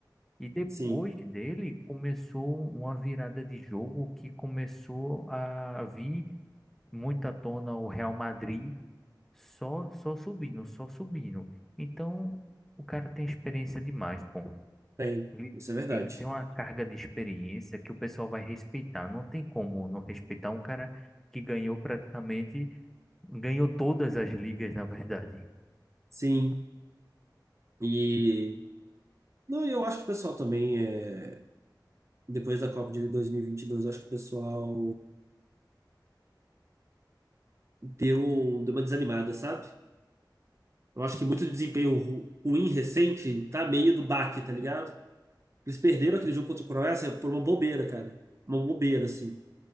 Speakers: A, in the centre; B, on the right (about 40°).
A: E depois
B: Sim,
A: dele começou uma virada de jogo que começou a vir muito à tona o Real Madrid só, só subindo, só subindo. Então o cara tem experiência demais, pô.
B: tem.
A: Ele,
B: Isso é verdade.
A: ele tem uma carga de experiência que o pessoal vai respeitar. Não tem como não respeitar um cara que ganhou praticamente, ganhou todas as ligas, na verdade.
B: Sim. E. Não, eu acho que o pessoal também, é... depois da Copa de 2022, eu acho que o pessoal deu, deu uma desanimada, sabe? Eu acho que muito desempenho ru- ruim recente tá meio do baque, tá ligado? Eles perderam aquele jogo contra a Croácia por uma bobeira, cara. Uma bobeira, assim.